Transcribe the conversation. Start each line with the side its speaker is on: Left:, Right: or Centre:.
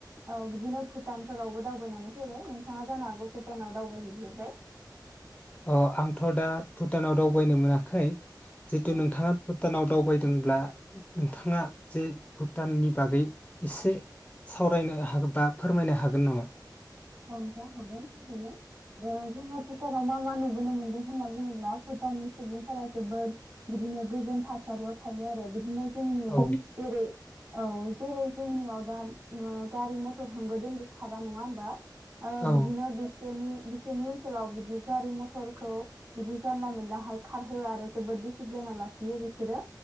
Right: औ बिदिनो भुटानफोरावबो दावबायनानै फैबाय। नोंथाङा जानो हागौ भुटानाव दावबाय हैगोरबाय।
Left: ओ आंथ' दा भुटानाव दावबायनो मोनाखै। जिथु
Right: औ
Left: नोंथाङा भुटानाव दावबायदोंब्ला नोंथाङा
Right: औ
Left: जे भुटाननि बागै एसे सावरायनो हागोन बा फोरमायनो हागोन नामा?
Right: औ नोंथां हागोन ओरैनो। ओ जोंङो भुटानाव मा मा नुबोनो मोनदों होनना बुङोब्ला भुटाननि सुबुंफोरा जोबोद बिदिनो गोजोन थासारियाव थायो आरो बिदिनो जोंनि
Left: औ
Right: जेरै औ जेरै जोंनियाव दा ओ गारि मथर होंगो दोंगो खारा नङा होनबा ओ
Left: औ
Right: बिदिनो बे बिसोरनि बिसोरनि ओनसोलाव बिदि गारि मथरखौ बिदि जानला मोनलाहाय खारहोआ आरो जोबोद डिसिप्लिनाव लाखियो बिसोरो।